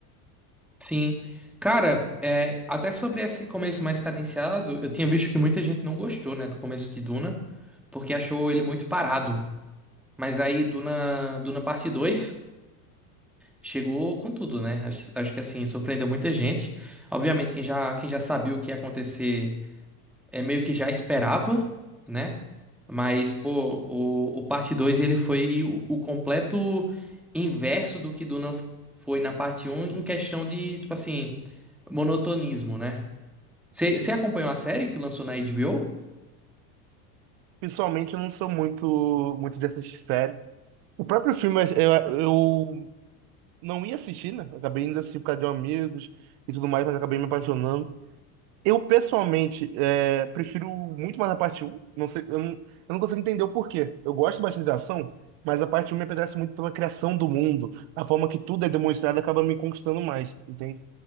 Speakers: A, in the centre; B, on the right.
A: Sim. Cara, é, até sobre esse começo mais cadenciado, eu tinha visto que muita gente não gostou, né, do começo de Duna, porque achou ele muito parado. Mas aí Duna, Duna Parte 2 chegou com tudo, né? Acho, acho que assim, surpreendeu muita gente. Obviamente, quem já, quem já sabia o que ia acontecer é meio que já esperava, né? Mas, pô, o, o parte 2 ele foi o, o completo inverso do que Duna foi na parte Um em questão de, tipo assim, monotonismo, né? Você acompanhou a série que lançou na HBO?
B: Pessoalmente, eu não sou muito muito de assistir série. O próprio filme eu, eu não ia assistir, né? Acabei indo assistir por causa de um amigos e tudo mais, mas acabei me apaixonando. Eu, pessoalmente, é, prefiro muito mais a parte um. Não sei, eu não, eu não consigo entender o porquê. Eu gosto bastante da ação, mas a parte um me apetece muito pela criação do mundo. A forma que tudo é demonstrado acaba me conquistando mais, entende?